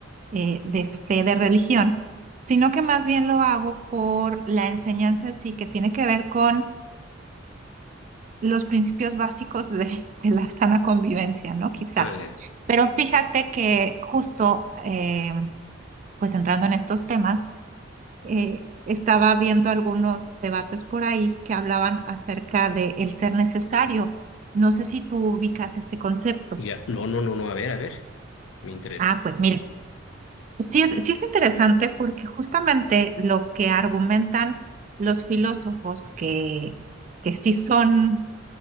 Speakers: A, on the right; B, on the left.
A: eh, de fe, de religión, sino que más bien lo hago por la enseñanza en sí que tiene que ver con... los principios básicos de, de la sana convivencia, ¿no? Quizá.
B: Ah,
A: Pero fíjate que justo, eh, pues entrando en estos temas, eh, estaba viendo algunos debates por ahí que hablaban acerca de el ser necesario. No sé si tú ubicas este concepto.
B: ya, no, no, no, no, a ver, a ver, me interesa.
A: Ah, pues mira, sí es, sí es interesante porque justamente lo que argumentan los filósofos que, que sí son